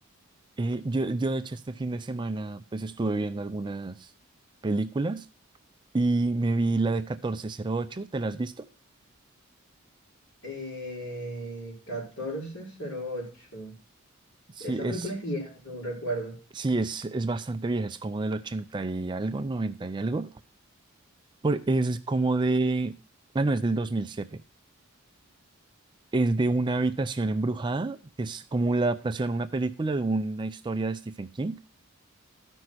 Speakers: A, on the right; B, on the left.
A: Eh, yo, yo de hecho este fin de semana pues estuve viendo algunas películas y me vi la de catorce cero ocho ¿te la has visto?
B: Eh, catorce cero ocho
A: Sí,
B: Esa
A: es,
B: película es vieja, según recuerdo.
A: sí, es, es bastante vieja, es como del 80 y algo, 90 y algo. Por, es como de, ah, no, es del dos mil siete Es de una habitación embrujada, que es como la adaptación a una película de una historia de Stephen King.